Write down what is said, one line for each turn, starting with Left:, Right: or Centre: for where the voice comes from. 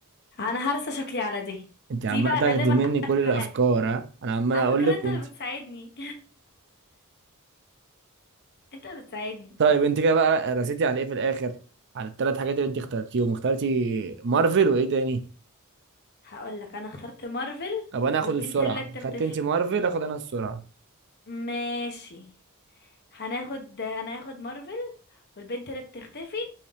Left: انا هرسى شكلي على دي
Right: انت عماله
Left: دي بقى
Right: تاخدي
Left: غالبا
Right: مني كل
Left: على
Right: الافكار
Left: كل حاجة
Right: ها انا عمال
Left: على
Right: اقول
Left: فكرة
Right: لك
Left: انت
Right: وانت
Left: اللي بتساعدني <laughs> انت اللي بتساعدني
Right: طيب انت كده بقى رسيتي على ايه في الاخر على الثلاث حاجات اللي انت اخترتيهم اخترتي مارفل وايه تاني
Left: هقول لك انا اخترت مارفل
Right: طب انا هاخد
Left: والبنت
Right: السرعه
Left: اللي بتختفي
Right: خدت انت مارفل اخد انا السرعه
Left: ماشي هناخد انا هاخد مارفل والبنت اللي بتختفي